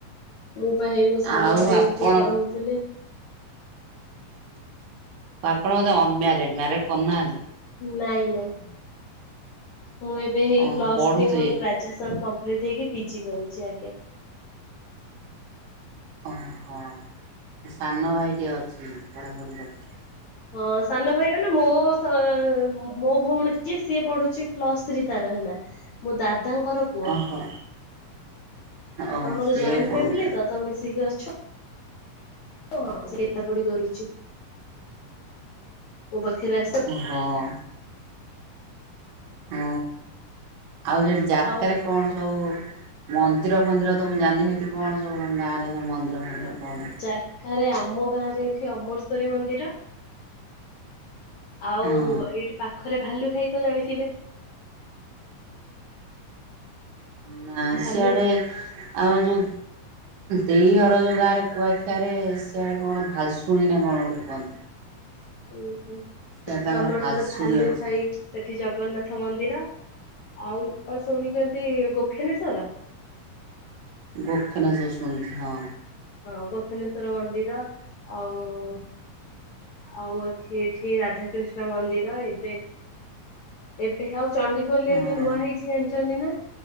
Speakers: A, on the left; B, on the right.
A: ମୁଁ ପା ହେଇ ମୋ ସାନ
B: ଆଉ
A: ଭାଇକୁ
B: ଆପଣ
A: ପଢ଼ଉଥିଲି।
B: ଆପଣ ମୋତେ ଅନମ୍ୟାରେଡ଼ ମ୍ୟାରେଡ଼ କରୁନାହାନ୍ତି।
A: ନାଇଁ ନାଇଁ ମୁଁ ଏବେ ହେଇ
B: ଓହ
A: ପ୍ଲସ
B: ପଢ଼ୁଥିବେ
A: ଥ୍ରୀ ମୋର ଗ୍ରା ଗାଜେ ସନ୍ କମ୍ପ୍ଲିଟ୍ ହେଇକି ପିଜି କରୁଚି ଆଜ୍ଞା।
B: ଓହୋ ସାନ ଭାଇଟିିଏ ଅଛି ପଢ଼ାପଢ଼ି କରୁ
A: ହଁ ସାନ ଭାଇ ମାନେ ମୋ ତ ମୋ ଭଉଣୀ ଯିଏ ସିଏ ପଢ଼ୁଛି ପ୍ଲସ୍ ଥ୍ରୀ ତାର ହେଲା ମୋ ଦାଦାଙ୍କର ପୁଅ
B: ଓହୋ। ଓ
A: ଆମର
B: ସେଇଆକୁ
A: ଜଏଣ୍ଟ
B: ପଢ଼ଉଥିଲେ
A: ଫ୍ୟାମିଲି ତ ତ ମିଶିକି ଅଛୁ। <unintelligible> ସେ ଏକା ପଢ଼ି କରୁଛି ମୋ ପାଖରେ ଆସେ
B: ହଁ। ହଁ ଆଉ ସେଠି ଜାରକାରେ
A: ଆଉ
B: କଣ ସବୁ ମନ୍ଦିର ଫନ୍ଦିର ତ ମୁଁ ଜାଣନି ସେଠି କଣ ସବୁ ଗାଁରେ ସବୁ ମନ୍ଦିର ଫନ୍ଦିର? କଣ?
A: ଜାରକା ରେ ଆମ ଗାଁ ରେ ଏଠି ଅମରସରୀ ମନ୍ଦିର। ଆଉ
B: ହଁ
A: ଏଇଠି ପାଖରେ ଭାଲୁ ଖାଇ ତ ଜାଣିଥିବେ?
B: ନା
A: ଭାଲୁ
B: ସିଆଡ଼େ ଆଉ ଯଉ ଦେଇ ଘର ଯୋଉ ଗାଁ ରେ କୁଆଖିଆରେ ସିଆଡ଼େ କଣ ଭାଲଶୁଣି ନା କଣ ଗୋଟେ କୁହନ୍।
A: ଉଁ
B: ସିଆଡ଼େ ତାଙ୍କର
A: ହୁ ଆମ ଡ଼ାରେ
B: ଭାଲଶୁଣୀ
A: ଭାଲୁ
B: ଅଛି
A: ଖାଇ। ସେଠି ଜଗନ୍ନାଥ ମନ୍ଦିର ଆଉ ଆ ଶୁଣିଛନ୍ତି ଗୋଖନେଶ୍ଵର?
B: ଗୋଖନାସ ଶୁଣିଛି ହଁ।
A: ହଁ ଗୋଖନେଶ୍ଵର ମନ୍ଦିର ଆଉ। ଆଉ ଅଛି ଏଠି ରାଧାକୃଷ୍ଣ ମନ୍ଦିର ଏବେ ଏବେ ଆଉ ଚଣ୍ଡିଖୋଲରେ
B: ହଁ।
A: ଏବେ ନୂଆ ହେଇଛି ଜାଣିଛନ୍ତି ନା